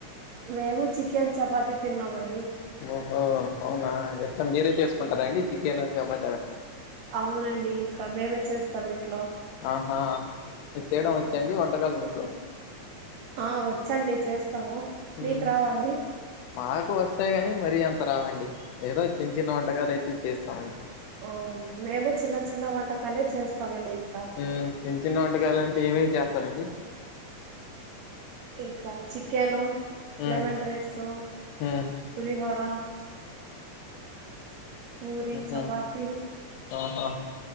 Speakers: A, on the right (about 75°); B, on the left (about 80°).
A: మేము చికెన్ చపాతి తిన్నామండి
B: ఓ ఓ అవునా ఎట్ల మీరే చేసుకుంటారా అండి చికెన్ చపా
A: అవునండి కా మేమే చేస్తాం ఇంట్లో
B: ఆహా మీకు చేయడం వచ్చా అండి వంటకాలు మీకు
A: ఆ వచ్చండి చేస్ స్తాము మీకు
B: మ్,
A: రావ అండి
B: మాకు వస్తాయి కాని మరీ అంత రావండి ఏదో చిన్న చిన్న వంటకాలు అయితే చేస్తామండి
A: అవును మేము చిన్న చిన్న వంటకాలే చేస్తామండి ఇక
B: మ్, చిన్న చిన్న వంటకాలంటే ఏమేమి చేస్తారండి
A: ఇంకా చికెను
B: మ్,
A: లెమన్ రైసు
B: మ్,
A: పులిహోర పూరి
B: ఉహు
A: చపాతి
B: ఆహా